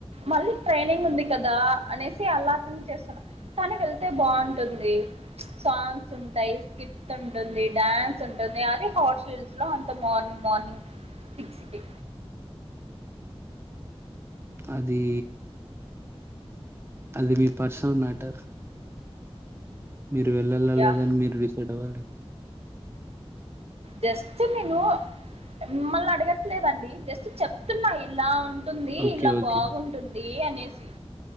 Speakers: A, on the right; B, on the right.
A: మళ్ళీ ట్రైనింగ్ ఉంది కదా అనేసి అల థింక్ చేస్తున్నా. కాని వెళ్తే బాగుంటుంది సాంగ్స్ ఉంటాయి స్క్రిప్ట్ ఉంటుంది డడాన్స్ ఉంటుంది అది హార్సీ హిల్స్ లో అంత మార్నింగ్ మార్నింగ్ సిక్స్కి.
B: అది అది మీ పర్సనల్ మ్యాటర్ మీరు వెళ్ళాలా
A: యా
B: లేదాని మీరు డిసైడ్ అవ్వాలి
A: జస్ట్ నేను మిమ్మల్ని అడగట్లేదండి జస్ట్ చెప్తున్నా ఇలా ఉంటుంది
B: ఓకే.
A: ఇలా
B: ఓకే.
A: బాగుంటుంది అనేసి